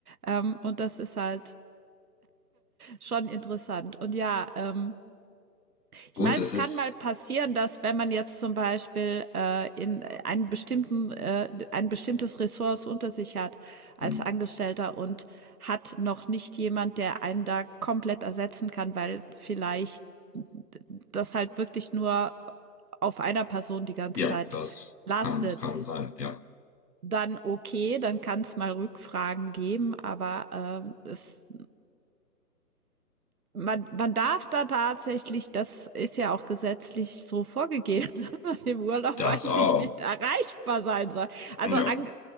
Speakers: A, on the right; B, on the left.
A: Ähm, und das ist halt schon interessant. Und ja, ähm, Ich
B: Gut,
A: meine,
B: es
A: es
B: ist.
A: kann mal passieren, dass wenn man jetzt zum Beispiel äh, in einen bestimmten, äh, ein bestimmtes Ressource unter sich hat als
B: hm.
A: Angestellter und hat noch nicht jemand, der einen da komplett ersetzen kann, weil vielleicht das halt wirklich nur auf einer Person die ganze
B: Ja,
A: Zeit
B: das
A: lastet,
B: kann, kann sein. Ja,
A: dann okay, dann kann es mal Rückfragen geben, aber äh, es man, man darf da tatsächlich, das ist ja auch gesetzlich so vorgegeben, <laughs> dass man im Urlaub
B: das
A: eigentlich
B: auch.
A: nicht erreichbar sein soll. Also
B: Ja.
A: an,